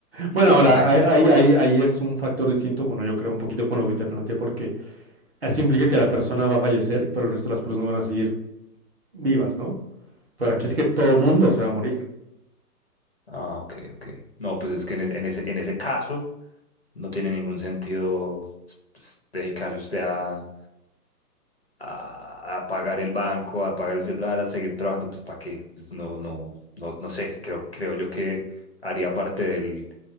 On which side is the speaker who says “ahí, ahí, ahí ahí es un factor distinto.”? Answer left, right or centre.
Right